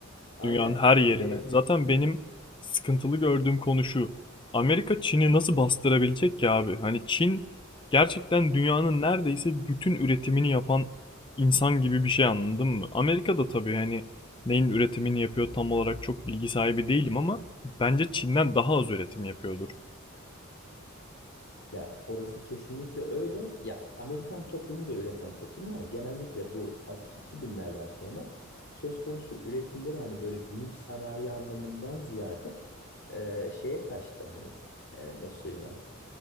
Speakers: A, on the left; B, on the left.
A: aynen
B: Dünyanın her yerine.
A: bilerek
B: Zaten benim sıkıntılı gördüğüm konu şu. Amerika Çin'i nasıl bastırabilecek ki abi? Hani Çin gerçekten dünyanın neredeyse bütün üretimini yapan insan gibi bir şey anladın mı? Amerika da tabii hani neyin üretimini yapıyor tam olarak çok bilgi sahibi değilim ama bence Çin'den daha az üretim yapıyordur.
A: Ya orası kesinlikle öyle. Ya Amerikan toplumu da üreten toplum ama genellikle bu artık 2000'lerden sonra söz konusu üretimleri hani böyle büyük sanayi anlamından ziyade e, şeye kaçtı hani e, nasıl söyleyeyim ben